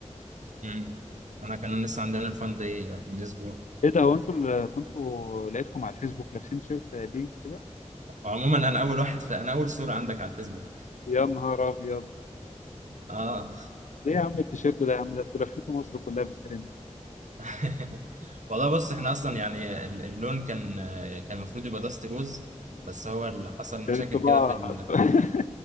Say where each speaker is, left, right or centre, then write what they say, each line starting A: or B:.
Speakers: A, on the right; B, on the left.
A: امم انا كان لسه عندنا الفان دي من اسبوع
B: ايه ده هو انتوا اللي كنتوا لقيتكم على الفيسبوك لابسين تيشيرت بينك كده
A: عموما انا اول واحد في انا اول صوره عندك على الفيسبوك
B: يا نهار ابيض
A: اه
B: ايه يا عم التيشيرت ده يا عم ده انتوا لفيتوا مصر كلها بالترند
A: <laughs> والله بص احنا اصلا يعني ال- اللون كان كان المفروض يبقى داست روز بس هو اللي حصل مشاكل
B: الطباعه
A: كده في ال...
B: <laughs>